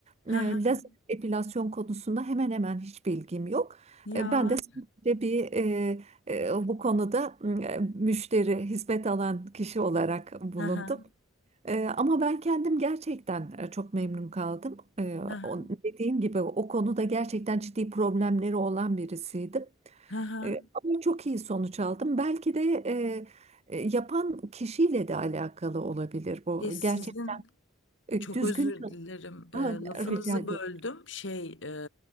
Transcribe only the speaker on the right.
e,
lazer epilasyon konusunda hemen hemen hiç bilgim yok.
E, ben de sadece bir e, e, bu konuda e, müşteri, hizmet alan kişi olarak bulundum.
Ee, ama ben kendim gerçekten e, çok memnun kaldım. Ee,
o- dediğim gibi o konuda gerçekten ciddi problemleri olan birisiydim.
Ee, ama çok iyi sonuç aldım. Belki de e, e, yapan kişiyle de alakalı olabilir bu.
Gerçekten e,
düzgün
çalışma
rica ederim.